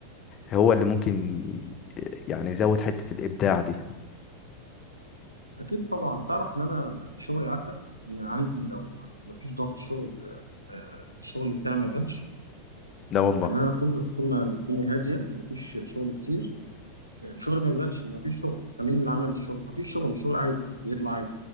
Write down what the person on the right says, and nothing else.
اكيد طبعا تعرف ان انا شغلي عكسك ان عندي لو مفيش ضغط شغل آه، آه، الشغل بتاعي ما يبانش
يعني انا طول طول ما الدنيا هاديه ومفيش شغل كتير آه، شغلي ما يبانش مفيش شغل فمين اللي عمل الشغل مفيش شغل الشغل عادي بيطلع عادي